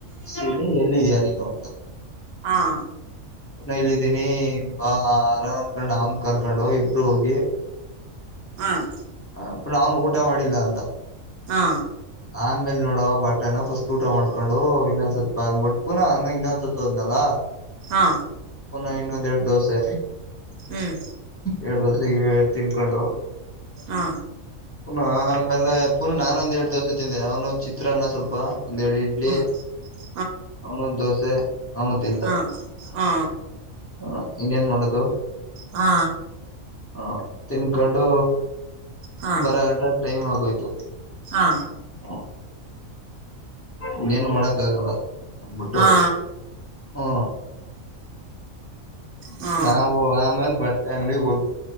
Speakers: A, on the left (about 15°); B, on the right (about 85°).
A: ನ್ನಿ ಎಲ್ಲಿದಿಯಾ ನೀನು
B: ಹ್ಮ್
A: ನಾ ಇಲ್ಲಿದಿನಿ ಬಾರೊ ಅನಕೊಂಡ್ ಅವನ್ ಕರ್ಕೊಂಡ್ ಇಬ್ರು ಹೋಗಿ
B: ಹ್ಮ್
A: ಹ ಪುನಃ ಅವನ್ ಊಟ ಮಾಡಿಲ್ಲ ಅಂದ್
B: ಹ
A: ಆಮೇಲೆ ನೋಡವ ಬಟ್ಟೆನ್ ಫಸ್ಟ್ ಊಟ ಮಾಡ್ಕೊಂಡು ಇನ್ನೊಂದ್ ಸ್ವಲ್ಪ ಬಾ ಅಂದಬಿಟ್ಟ ಪುನಃ ಇನ್ನೂಂದ ಸತ್ ಹೋದ್ನಲ
B: ಹಾ
A: ಪುನಃ ಇನ್ನೊಂದೆರಡ್ ದೋಸೆ
B: ಹ್ಮ್
A: ಎರಡ್ ದೋಸೆ ತಿನ್ಕೊಂಡು
B: ಹ
A: ಪುನ ಆಮೇಲೆ ಪುನಃ ನಾನ್ ಒಂದ್ ಎರಡ್ ದೋಸೆ ತಿಂದೆ ಅವನು ಚಿತ್ರಾನ್ನ ಸ್ವಲ್ಪ ಒಂದ್ ಎರಡ್ ಇಡ್ಲಿ
B: <inaudible>
A: ಅವನೂಂದ್ ದೋಸೆ ಅವನು ತಿಂದ
B: ಹಾ ಹಾ
A: ಹ ಇನ್ನೇನ್ ಮಾಡದು
B: ಹಾ
A: ಹ ತಿನ್ಕೊಂಡು
B: ಹಾ ಹಾ
A: ಬರ ಗಂಟೆ ಟೈಮ್ ಆಗೋಯ್ತು.
B: ಹಾ
A: ಹಾ. ಇನ್ನೇನ್ ಮಾಡಕ್ಕ ಆಗಲ್ಲ ಅಂದಬಿಟ್ಟು
B: ಹಾ
A: ಹ್ಮ.
B: ಹಾ ಹಾ
A: ನಾವು ಆಮೇಲೆ ಬಟ್ಟೆ ಅಂಗಡಿ ಹೋದು.